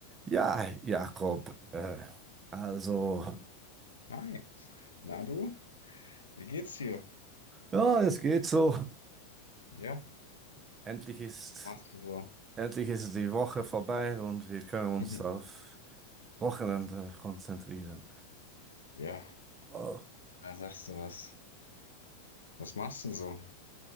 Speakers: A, on the right (about 20°); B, on the left (about 70°).
A: Ja, Jakob, äh, also,
B: Hi, na du? Wie geht's dir?
A: ja, es geht so.
B: Ja,
A: Endlich ist,
B: was machst du so?
A: endlich ist die Woche vorbei und wir können uns
B: Mhm.
A: auf Wochenende konzentrieren.
B: Ja,
A: Oh,
B: da sagst du was. Was machst du so?